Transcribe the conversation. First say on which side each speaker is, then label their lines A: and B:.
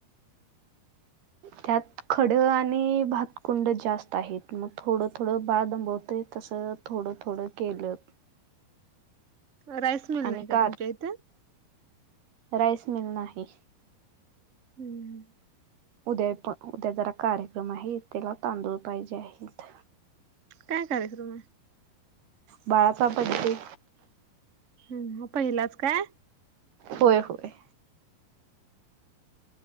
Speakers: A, on the right; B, on the right.
A: <inaudible>
B: त्यात खडं आणि भातकुंड जास्त आहेत मग थोडं थोडं बाळ दंबवत तसं. थोडं थोडं केलं.
A: राईस मिल
B: आणि
A: नाही का
B: कार
A: तुमच्या इथे?
B: राईस मिल नाही.
A: हम्म.
B: उद्या पण उद्या जरा कार्यक्रम आहे त्याला तांदूळ पाहिजे आहेत.
A: काय कार्यक्रम आहे.
B: बाळाचा बर्थडे.
A: ह पहिलाच काय?
B: होय होय.